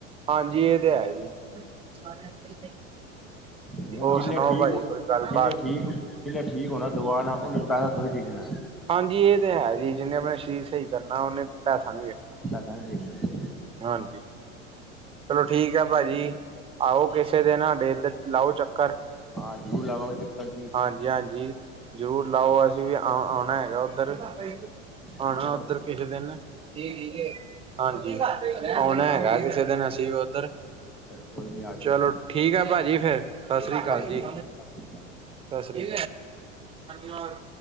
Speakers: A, on the right; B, in the centre.
A: ਹਾਂਜੀ ਏਹ ਤੇ ਹੈ ਜੀ। ਸਾਰਿਆਂ ਦੇ
B: ਹੁਣ
A: ਹੋਰ
B: ਜਿੰਨੇ
A: ਸੁਣਾਓ
B: ਠੀਕ
A: ਭਾਜੀ,
B: ਹੋ
A: ਕੋਈ ਗੱਲ
B: ਜਿੰਨੇ
A: ਬਾਤ
B: ਠੀਕ ਜਿੰਨੇ ਠੀਕ ਹੋਣਾ ਦਵਾਣਾ, ਓਨੇ ਪੈਸਾ ਥੋੜੀ ਦੇਖਣੈ।
A: ਹਾਂਜੀ, ਏਹ ਤੇ ਹੈ ਜੀ। ਜਿੰਨੇ ਆਪਣਾ ਸ਼ਰੀਰ ਸਈ ਕਰਨਾ ਓਨੇ ਪੈਸਾ ਨਹੀਂ ਵੇਖਣਾ।
B: ਪੈਸਾ ਨਈ ਦੇਖਣਾ।
A: ਹਾਂਜੀ। ਚਲੋ ਠੀਕ ਐ, ਭਾਜੀ। ਆਓ ਕਿਸੇ ਦਿਨ ਸਾਡੇ ਏਦਰ। ਲਾਓ ਚੱਕਰ।
B: ਹਾਂ ਜ਼ਰੂਰ ਲਾਵਾਂਗੇ ਚੱਕਰ ਜੀ
A: ਹਾਂਜੀ-ਹਾਂਜੀ, ਜ਼ਰੂਰ ਲਾਓ ਅ ਜਿਵੇਂ ਆਣਾ ਹੈਗਾ ਓਧਰ ਆਣਾ
B: ਜ਼ਰੂਰ ਆਓ
A: ਓਧਰ
B: ਜੀ
A: ਕਿਸੇ ਦਿਨ ਜੀ ਠੀਕ ਏ। ਹਾਂਜੀ, ਓਣਾ ਹੈਗੈ ਕਿਸੇ ਦਿਨ ਅਸੀਂ ਵੀ ਓਧਰ।
B: ਚਲੋ ਕੋਈ ਨਹੀਂ ਆ ਜਾਓ
A: ਚਲੋ,
B: ਜੀ
A: ਠੀਕ ਹੈ ਭਾਜੀ ਫੇਰ, ਸਤਿ ਸ੍ਰੀ ਕਾਲ
B: ਸ਼੍ਰੀ
A: ਜੀ।
B: ਅਕਾਲ
A: ਸਤਿ ਸ਼੍ਰੀ ਕਾਲ।